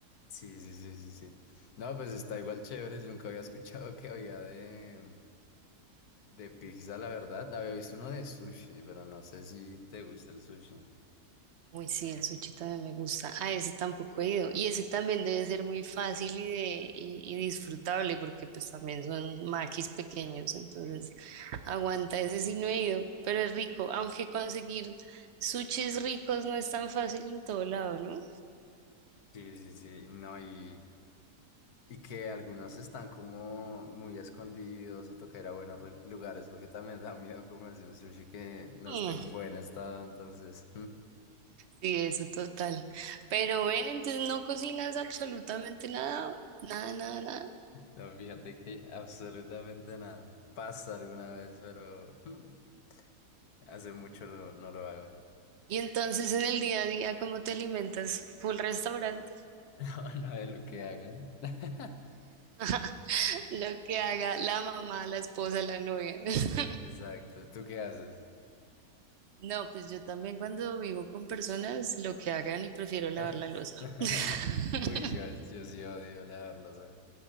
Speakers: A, on the left; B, on the right.
A: Sí, sí, sí, sí, sí. No, pues está igual chévere. Yo nunca había escuchado que había de, De pizza, la verdad, había visto uno de sushi, pero no sé si te gusta el sushi.
B: Uy, sí, el sushi también me gusta. Ah, ese tampoco he ido. Y ese también debe ser muy fácil y, de, y, y disfrutable porque pues también son maquis pequeños, entonces aguanta, ese sí no he ido, pero es rico, aunque conseguir sushis ricos no es tan fácil en todo lado, ¿no?
A: Sí, sí, sí, no, y, y que algunos están como muy escondidos o toca ir a buenos re- lugares porque también da miedo comerse un sushi que no
B: Mm,
A: esté en buen estado, entonces, <laughs>
B: sí, eso total. Pero ven, entonces no cocinas absolutamente nada, nada, nada, nada.
A: no, fíjate que absolutamente nada. Pasa alguna vez, pero <laughs> hace mucho no, no lo hago.
B: Y entonces en el día a día, ¿cómo te alimentas? ¿Full restaurante?
A: <laughs> No, no es lo que hagan. <laughs>
B: <laughs> Lo que haga la mamá, la esposa, la novia. <laughs>
A: Exacto, ¿tú qué haces?
B: No, pues yo también cuando vivo con personas, lo que hagan y prefiero lavar
A: <laughs>
B: la losa. <laughs>
A: Uy, yo, yo sí odio lavarlos, ¿ah?